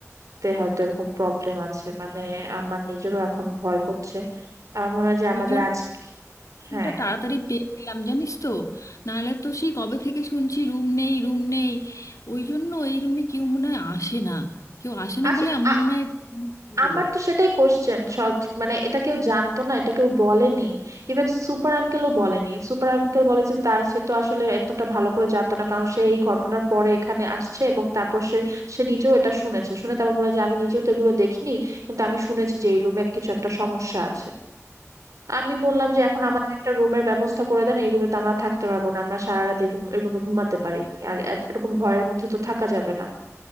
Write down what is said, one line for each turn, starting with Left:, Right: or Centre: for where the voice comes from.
Right: তে হয়তো এরকম প্রবলেম আছে মানে আমার নিজেরও এখন ভয় করছে আমার মনে হয় যে
Left: ওই
Right: আমাদের
Left: জন্য
Right: আজ হ্যাঁ
Left: রুমটা তাড়াতাড়ি পেয়ে গেলাম জানিস তো নাহলে তো সেই কবে থেকে শুনছি রুম নেই রুম নেই ওই জন্য এই রুমে কেউ মনে হয় আসে না কেউ আসে না
Right: আচ্ছা
Left: বলে আমরা
Right: আ-
Left: মনে হয় দিল
Right: আমার তো সেটাই কোশ্চেন সব মানে এটা কেউ জানতো না এটা কেউ বলেনি ইভেন সুপার আঙ্কেলও বলেনি সুপার আঙ্কেল বলে যে তার সে তো আসলে এতটা ভালো করে জানতো না কারণ সে এই ঘটনার পরে এখানে আসছে এবং তারপর সে সে নিজেও এটা শুনেছে শুনে তারপর বলে যে আমি নিজেও তো এগুলো দেখিনি কিন্তু আমি শুনেছি যে এই রুমে কিছু একটা সমস্যা আছে আমি বললাম যে এখন আমাদের একটা রুমের ব্যবস্থা করে দেন এই রুমে তো আমরা থাকতে পারবো না আমরা সারা রাত এই ঘুম- এই রুমে ঘুমাতে পারি আর এত- এরকম ভয়ের মধ্যে তো থাকা যাবে না